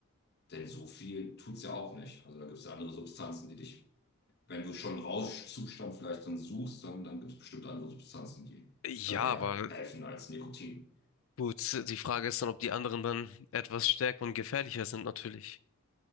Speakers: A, on the left; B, on the left.
A: denn so viel tut's ja auch nicht. Also da gibt's ja andere Substanzen, die dich wenn du schon einen Rauschzustand vielleicht dann suchst, dann, dann gibt es bestimmt andere Substanzen, die
B: Ja,
A: da eher
B: aber
A: helfen als Nikotin.
B: Gut, die Frage ist dann, ob die anderen dann etwas stärker und gefährlicher sind, natürlich.